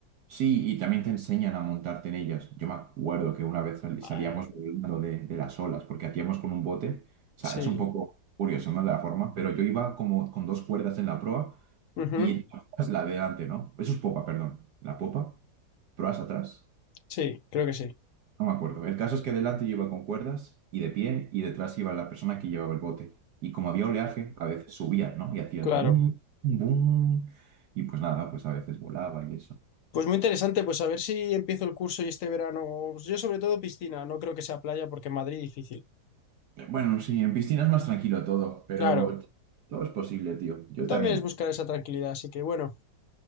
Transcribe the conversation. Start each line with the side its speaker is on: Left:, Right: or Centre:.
Right: Sí, y también te enseñan a montarte en ellas. Yo me acuerdo que una vez sal- salíamos
Left: Ay,
Right: volando de, de las olas, porque hacíamos con un bote. O sea,
Left: sí.
Right: es un poco curioso, ¿no? De La forma, pero yo iba como con dos cuerdas en la proa
Left: Ujú.
Right: y la proa es la de delante, ¿no? Eso es popa, perdón. La popa, proas atrás.
Left: Sí, creo que sí.
Right: No me acuerdo. El caso es que delante yo iba con cuerdas y de pie y detrás iba la persona que llevaba el bote. Y como había oleaje, a veces subía, ¿no? Y hacías
Left: Claro.
Right: boom, boom. Y pues nada, pues a veces volaba y eso.
Left: Pues muy interesante, pues a ver si empiezo el curso y este verano, pues yo sobre todo piscina, no creo que sea playa porque en Madrid difícil.
Right: Bueno, sí, en piscina es más tranquilo todo, pero
Left: Claro,
Right: todo es posible, tío. Yo
Left: también
Right: te animo.
Left: es buscar esa tranquilidad, así que bueno,